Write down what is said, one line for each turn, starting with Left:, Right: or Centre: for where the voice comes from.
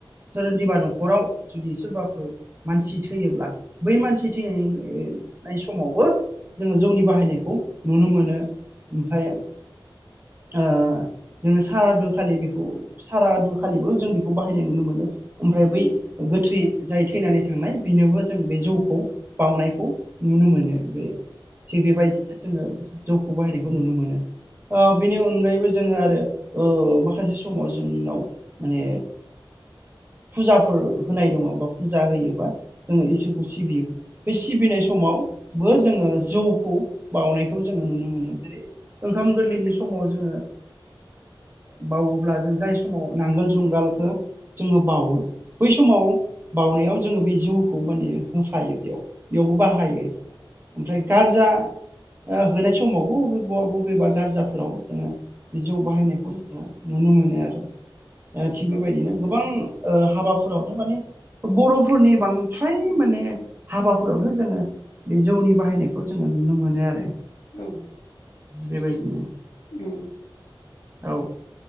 Right: सोरोंदिबा न'खराव जुदि सोरबाफोर मानसि थैयोब्ला बै मानसि थैनायनि नाय समावबो जोङो जौनि बाहायनायखौ नुनो मोनो ओमफ्राय आ जोङो सारादु खालि बेखौ सारादु खालिबो जों बेखौ बाहायनाय नुनो मोनो। ओमफ्राय बै गोथै जाय थैनानै थांनाय बेनोबो जों बे जौखौ बावनायखौ नुनो मोनो बे थिग बेबायदिनो जोङो जौखौ बाहायनायखौ नुनो मोनो। बेनि अनगायैबो जोङो आरो माखासे समाव जोंनाव माने फुजाफोर होनाय दङ बा फुजा होयोबा जोङो इसोरखौ सिबियो। बे सिबिनाय समाव बो जोङो जौखौ बावउनायखौ जोङो नुनो मोनो जेरै ओंखाम गोरलैनि समाव जोङो बावोब्ला जों जाय समाव नांगोल जुंगाल जोङो बावो बै समाव बाउनायाव जोङो बे जौखौ माने होफायो बेयाव बेयावबो बाहायो ओमफ्राय गारजा होनाय समावबो बबेबा बबेबा गारजाफोराव जोङो बे जौ बाहायनायखौ जोङो नुनो मोनो आरो दा थिग
Left: औ
Right: बेबायदिनो गोबां हाबाफोरावनो माने बर'फोरनि बांद्राय माने हाबाफोरावनो जोङो बे जौनि बाहायनायखौ जोङो नुनो मोनो आरो।
Left: औ।
Right: बेबायदिनो
Left: नंगौ।
Right: औ।